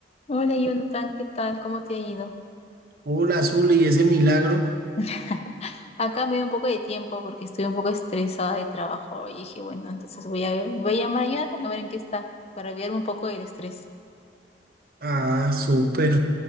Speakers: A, on the left; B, on the right.
A: Hola Jonathan, ¿qué tal? ¿Cómo te ha ido?
B: Hola, azul y ese milagro.
A: <laughs> Acá me dio un poco de tiempo porque estoy un poco estresada de trabajo y dije, bueno, entonces voy a, voy a llamar a Jonathan a ver en qué está para aliviarme un poco del estrés.
B: Ah, súper.